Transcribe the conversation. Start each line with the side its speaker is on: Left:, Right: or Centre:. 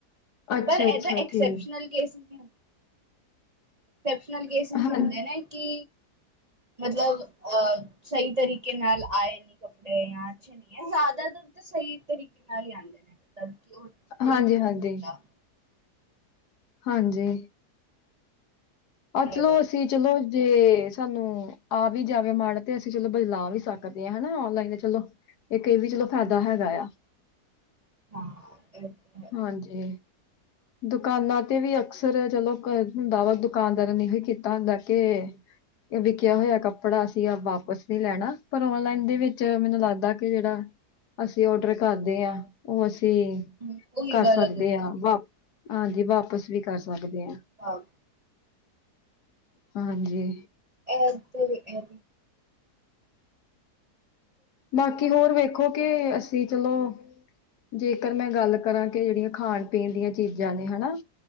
Left: ਅੱਛਾ-ਅੱਛਾ
Right: ਪਰ ਇਹਦਾ ਐਕਸੈਪਸ਼ਨਲ
Left: ਠੀਕ,
Right: ਕੇਸ ਨੀ ਐਸੈਪਸ਼ਨਲ ਕੇਸਿਸ
Left: ਹਾਂ,
Right: ਹੀ
Left: ਹਾਂਜੀ।
Right: ਹੁੰਦੇ ਨੇ ਕਿ ਮਤਲਬ ਅਹ ਸਹੀ ਤਰੀਕੇ ਨਾਲ ਆਏ ਨੇ ਕੱਪੜੇ ਜਾਂ ਜ਼ਿਆਦਾਤਰ ਤੇ ਸਹੀ ਤਰੀਕੇ ਨਾਲ ਹੀ ਆਉਂਦੇ ਨੇ ਮਤਲਬ ਕਿ ਉਹ ਕੋਈ
Left: ਹਾਂਜੀ-ਹਾਂਜੀ,
Right: ਉਹ ਨ ਹੁੰਦਾ।
Left: ਹਾਂਜੀ। ਆਹ ਚਲੋ
Right: ਇਹ ਗੱਲ
Left: ਅਸੀਂ ਚਲੋ, ਜੇ ਸਾਨੂੰ ਆ ਵੀ ਜਾਵੇ ਮਾੜਾ ਤੇ ਅਸੀਂ ਚਲੋ ਲਾ ਸਕਦੇ ਹਾਂ ਹਨਾ ਔਨਲਾਈਨ ਤੇ ਚਲੋ ਇਹ ਕਈ ਵੀ ਚਲੋ ਫਾਇਦਾ ਹੈਗਾ ਆ।
Right: ਹਾਂ। ਹੈ
Left: ਹਾਂਜੀ, ਦੁਕਾਨਾਂ ਤੇ ਵੀ ਅਕਸਰ ਚਲੋ ਹੁੰਦਾ ਵਾ ਦੁ ਦੁਕਾਨਦਾਰ ਨੇ ਇਹੋ ਕੀਤਾ ਹੁੰਦਾ ਕੇ ਇਹ ਵਿਕਿਆ ਹੋਇਆ ਕੱਪੜਾ ਅਸੀ ਵਾਪਸ ਨੀ ਲੈਣਾ ਪਰ ਔਨਲਾਈਨ ਦੇ ਵਿੱਚ ਮੈਨੂੰ ਲੱਗਦਾ ਕਿ ਜਿਹੜਾ ਅਸੀਂ ਔਡਰ ਕਰਦੇ ਹਾਂ ਉਹ ਅਸੀਂ
Right: ਹੂੰ ਉਹੀ
Left: ਕਰ
Right: ਵਾਲਾ
Left: ਸਕਦੇ
Right: ਦਿਨ
Left: ਆ ਵਾਪ ਹਾਂਜੀ, ਵਾਪਸ ਵੀ ਕਰ ਸਕਦੇ ਆ।
Right: ਹਾਂ-
Left: ਹਾਂਜੀ-
Right: ਐਦ ਐ-
Left: ਬਾਕੀ ਹੋਰ ਵੇਖੋ ਕਿ ਅਸੀਂ ਚਲੋ- ਜੇਕਰ ਮੈਂ ਗੱਲ ਕਰਾਂ ਕਿ ਜਿਹੜੀਆਂ ਖਾਣ ਪੀਣ ਦੀਆਂ ਚੀਜ਼ਾਂ ਨੇ ਹੈਨਾ-